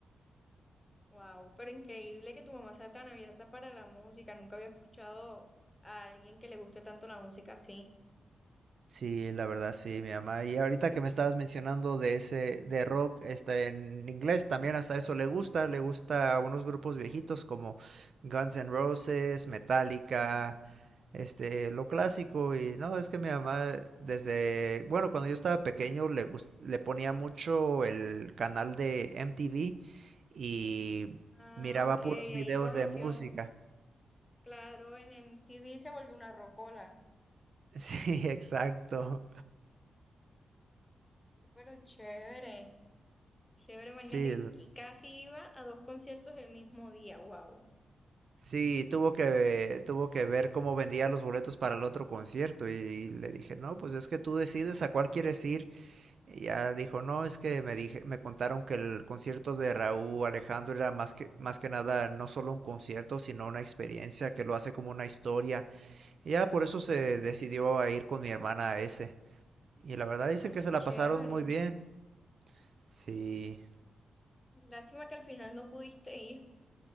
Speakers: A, on the left; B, on the right.
A: Wow, pero increíble que tu mamá sea tan abierta para la música. Nunca había escuchado a alguien que le guste tanto la música así.
B: Sí, la verdad sí, mi mamá. Y ahorita que me estabas mencionando de ese, de rock, este, en inglés también hasta eso le gusta, le gusta a unos grupos viejitos como Guns N' Roses, Metallica,
A: Sí.
B: este, lo clásico. Y no, es que mi mamá desde, bueno, cuando yo estaba pequeño le gus- le ponía mucho el canal de MTV y
A: Ah,
B: miraba
A: ok,
B: puros
A: ahí
B: videos
A: conoció
B: de música. <laughs>
A: Claro, en MTV se volvió una rocola.
B: Sí, exacto.
A: Oh, Pero chévere, chévere, imagínate,
B: Sí,
A: que casi iba a dos conciertos el mismo día, wow.
B: Sí, tuvo que, tuvo que ver cómo vendía los boletos para el otro concierto y, le dije, no, pues es que tú decides a cuál quieres ir. Y ya dijo, no, es que me dije, me contaron que el concierto de Raúl Alejandro era más que, más que nada no solo un concierto, sino una experiencia que lo hace como una historia. Y ya por eso se decidió a ir con mi hermana a ese. Y la verdad
A: Ah,
B: dicen
A: pero
B: que se la
A: chévere.
B: pasaron muy bien. Sí.
A: Lástima que al final no pudiste ir.